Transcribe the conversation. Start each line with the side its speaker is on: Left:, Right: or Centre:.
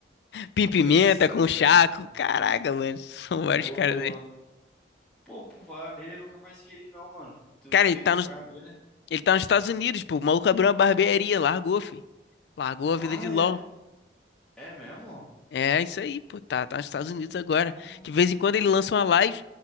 Left: Pim
Centre: Acompanhei
Left: Pimenta
Centre: esses caras
Left: com o
Centre: tudo
Left: Chaco.
Centre: aí no plano.
Left: Caraca, mano. São vários
Centre: Pô,
Left: caras aí.
Centre: pô, por falar nele, eu nunca mais vi ele não, mano. Tu
Left: Cara,
Centre: tem
Left: ele tá
Centre: acompanhado
Left: nos,
Centre: ele? né?
Left: ele tá nos Estados Unidos, pô. O maluco abriu uma barbearia, largou, fi. Largou a
Centre: Ah,
Left: vida de LOL.
Centre: é, é mesmo?
Left: É isso aí, pô. Tá, tá nos Estados Unidos agora.
Centre: Pô,
Left: De vez em quando ele lança uma live,